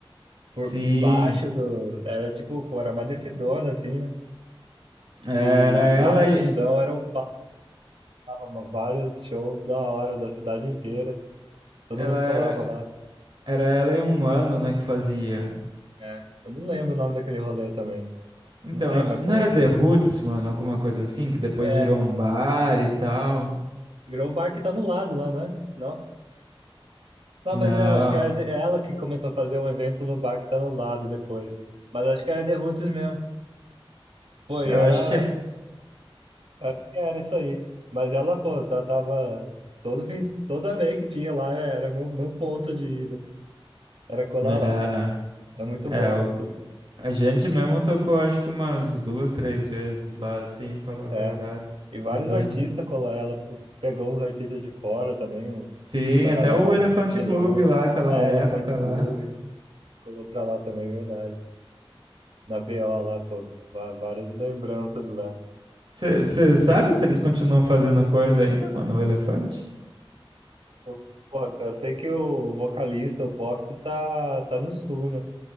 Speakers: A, on the right; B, on the right.
A: Sim.
B: por, embaixo do. Era tipo, pô, era uma descidona assim, né?
A: Era
B: E lá
A: ela
B: no fundão
A: e.
B: era o palco, tava uma- vários shows da hora, da cidade inteira. Todo
A: Ela
B: mundo colava
A: era.
B: lá.
A: Era ela e um mano, né, que fazia.
B: É. Eu não lembro o nome daquele rolê também.
A: Então,
B: Não sei,
A: ela-
B: mas,
A: não
B: pô.
A: era The Roots, mano, alguma coisa assim, que depois
B: É.
A: virou um bar e tal.
B: Virou o bar que tá no lado lá, né? Não? Não,
A: Não,
B: mas é, acho que era de- é ela que começou a fazer um evento no bar que tá no lado depois. Mas acho que era The Roots mesmo. Pô, e
A: eu
B: era.
A: acho que é.
B: Acho que era isso aí. Mas ela, pô, tá, tava. Todo fim, toda vez que tinha lá, era meu, meu ponto de ida. Era colar lá.
A: É, né?
B: É muito
A: É,
B: bom,
A: o-
B: pô. tu-
A: a gente mesmo tocou, acho que umas duas, três vezes lá, assim, falar a verdade,
B: é. E vários
A: de Buenos.
B: artistas colar ela. pô, Pegou uns artistas de fora também, um-
A: Sim,
B: uma
A: até
B: galera
A: o Elefante
B: de
A: Clube
B: longe.
A: lá, aquela
B: É,
A: época
B: Elefante
A: lá.
B: Clube. Colou pra lá também, é verdade. Na BO lá, pô. va- Várias lembranças lá.
A: Você sabe se eles continuam fazendo coisa ainda, mano, o Elefante?
B: Pô, pô, eu sei que o vocalista, o Poft, tá, tá no sul, né?